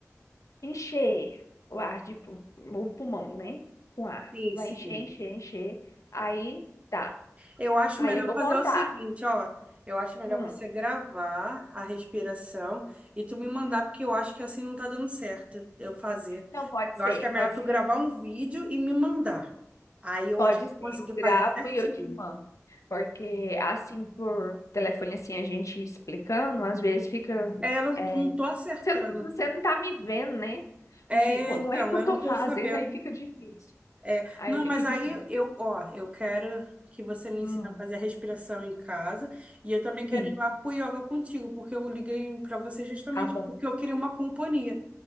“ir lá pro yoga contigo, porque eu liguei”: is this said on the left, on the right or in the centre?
Right